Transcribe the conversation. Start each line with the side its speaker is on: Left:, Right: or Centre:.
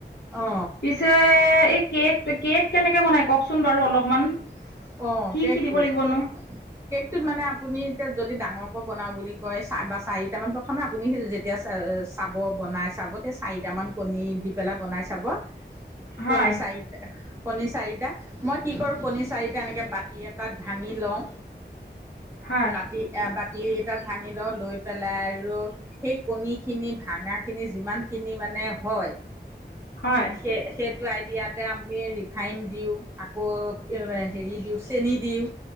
Right: অ
Left: পিছে এই কেক <inaudible> <inaudible> কেক কেনেকে বনাই কওক চোন বাৰু অলপমান? <inaudible>
Right: অঁ!
Left: কি
Right: কেকটো?
Left: কি দিব লাগিবনো
Right: <inaudible> কেকটোত মানে আপুনি এতিয়া যদি ডাঙৰকৈ বনাও বুলি কয় <inaudible> বা চাৰিটামান প্ৰথমে আপুনি সেই যেতিয়া চা <inaudible> চাব বনাই চাব তে চাৰিটামান কণী দি পেলাই বনাই চাব।
Left: হয়
Right: কণী চাৰি <inaudible> <inaudible> কণী চাৰিটা। মই কি কৰো কণী চাৰি বাটি এটাত ভাঙি ল‌ওঁ।
Left: হয়
Right: বাটি এ বাটি এটাত ভাঙি ল‌ওঁ। লৈ <unintelligible> পেলাই আৰু সেই কণীখিনি ভাঙাখিনি যিমানখিনি মানে হয় <inaudible>
Left: হয়
Right: সেই-সেই <inaudible> খুৱাই দিয়াতে আমি ৰিফাইন দিওঁ। আকৌ হেৰি <inaudible> দিওঁ চেনি দিওঁ,